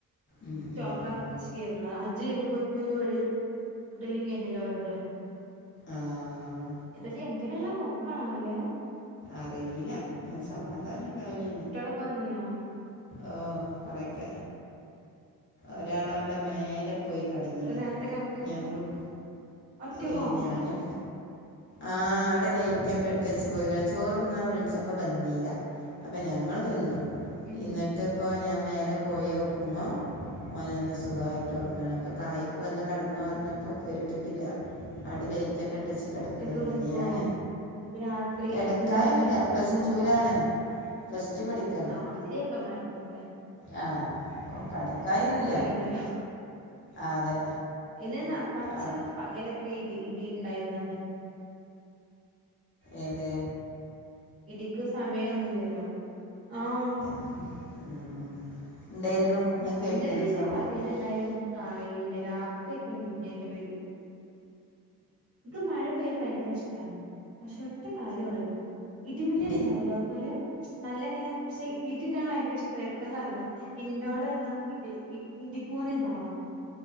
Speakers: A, on the left; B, on the right.
A: ഉം,
B: സ്റ്റോപ്പ്
A: ഉം, ഉം.
B: ആക്കിപ്പിച്ചന്ന അജ്ജ് കഴിഞ്ഞ പോത്ത ഒരു വ ഫഡലും കഴിഞ്ഞില്ലോ വെറുതെ
A: ആഹ്
B: ഇതക്കെ എന്തിനുള്ള പോക്കാണാവലെ
A: അറിയില്ല സമാധാനം ഉണ്ടാവലോ
B: ട്ടള കുറങ്ങിയാ
A: ആ കുറയ്ക്ക ഒരാളവിടെ മേലെ പോയി കടന്നണ്
B: അവര് നേരത്തെ കെടക്കും
A: ഞാൻ ഫുഡ്
B: ഒറ്റക്കോ
A: എഹ് ഞാനും ആ അവിടെ ലൈറ്റ് ഒക്കെ ഇട്ട വച്ച് പോയി കള ചോറന്നാ വിളിച്ചപ്പോ വന്നീല അപ്പൊ ഞങ്ങൾ തിന്നുന്നട്ട്
B: ഉം
A: ഇപ്പോ ഞാൻ മേലെ പോയോക്കുമ്പോ ഓൻ നല്ല സുഖായിട്ട് ഉറങ്ങാണ് അപ്പൊ തായ്ക്ക് വന്ന് കടന്നു പറഞ്ഞപ്പോ കേട്ടിട്ടില്ല അവിടെ ലേറ്റ് ഒക്കെ ഇട്ടച് കിടക്കണണ്ടങ്ക
B: ഒറ്റക്ക് കെടക്കോ
A: ഞാൻ
B: ഇനിപ്പ രാത്രി
A: കിടക്കായിന്നില്ല
B: ഇടിമിന്നലൊക്കെ ഇണ്ടായ പറയും
A: പ്ലസ്
B: വാണ്ട
A: ടൂലാണ് പ്ലസ്ടു പഠിക്കാ
B: ആഹ് ഇല്ലയൊക്കെ മാരല്ലേ
A: ആ ഓൻ കടക്കായിന്നുല്ല
B: പേടിയാണല്ലോ
A: അതെ
B: ഇന്ന് ന പച്ചൊന്നും
A: അഹ്
B: പകലൊക്കെ ഇ ഇതി ഉണ്ടായിരുന്നു അത്
A: ഏതേ
B: ഇടുക്ക് സമയമൊന്നുല്ലല്ലോ ആഹ്
A: ഉം ഉം ഉം ഉണ്ടായിരുന്നു ഞാൻ
B: മിന്നല്
A: കേട്ടിരുന്നു
B: പിന്നെ
A: സൗണ്ട്
B: പകൽ ഇണ്ടായാലും നമുക്ക് കറിയില്ല രാത്രിയൊക്കെയ മിന്നന്റെ പേടി ഇക്ക് മഴ പെയ്യണ ഭയങ്കര ഇഷ്ടാണ് പക്ഷെ ഇ കാര്യള്ളൂ ഇടിമിന്നിൽ
A: ഇടി
B: ഉണ്ടാവ അ അപോലെ നല്ല ഇങ്ങനെ പക്ഷെ വീട്ട ഇന്താണ് ഭയങ്ക ഇഷ്ടം എപ്പന്ന്റിയ ഇന്റോടെ ഇത് ഇതിക്കോനല്ലാവും